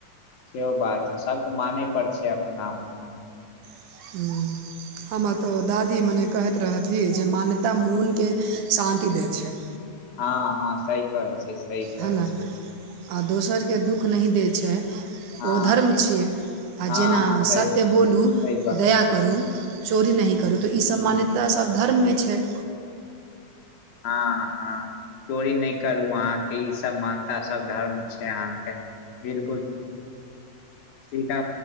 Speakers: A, on the left; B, on the right.
A: सेहो बात है सबके माने पर छै अपना अपना
B: <inaudible> हमर तऽ दादी मने कहैत रहथि जे मान्यता मोनके शान्ति दैत छै
A: हँ हँ सही कहै छै सही कहै
B: है ने
A: छै
B: आ दोसरके दुःख नहि दै छै ओ
A: हँ
B: धर्म छियै आ
A: हँ
B: जेना
A: हँ सही
B: सत्य
A: बात
B: बोलू
A: सही बात
B: दया करू चोरी नहि करू तऽ ई सब
A: हूँ
B: मान्यता सब धर्ममे छै
A: हँ हँ चोरी नहि करू अहाँके ई सब मानता सब धर्म छै से अहाँ के बिलकुल इनका